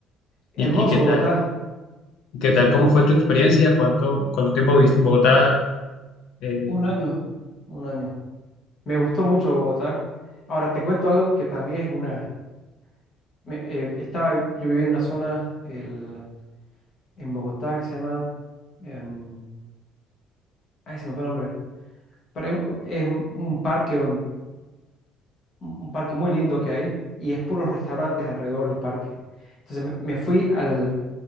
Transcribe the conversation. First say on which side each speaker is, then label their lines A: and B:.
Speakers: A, on the left; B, on the left.
A: Hermoso
B: ¿Y, y qué tal?
A: Bogotá,
B: ¿Qué tal? ¿Cómo fue tu experiencia? ¿Cuánto, cuánto tiempo viviste en Bogotá? Eh,
A: un año, un año. Me gustó mucho Bogotá. Ahora, te cuento algo que para mí es una... me- eh, estaba, yo vivía en una zona el- en Bogotá que se llama... em, ay, se me fue el nombre. Pero es, es un parque un un parque muy lindo que hay y es puros restaurantes alrededor del parque. Entonces me, me fui al,